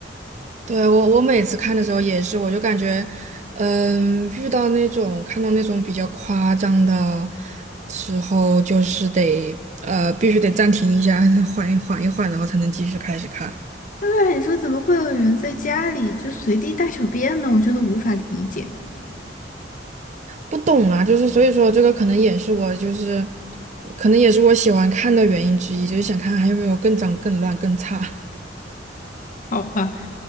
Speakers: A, on the right; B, on the left.
A: 对，我我每次看的时候也是，我就感觉，嗯，遇到那种看到那种比较夸张的时候，就是得呃必须得暂停一下，<laughs> 缓一缓一缓，然后才能继续开始看。
B: 对不然你说怎么会有人在家里就随地大小便呢？我真的无法理解。
A: 不懂啊，就是所以说这个可能也是我就是，可能也是我喜欢看的原因之一，就是想看还有没有更脏、更乱、更差。
B: 好吧。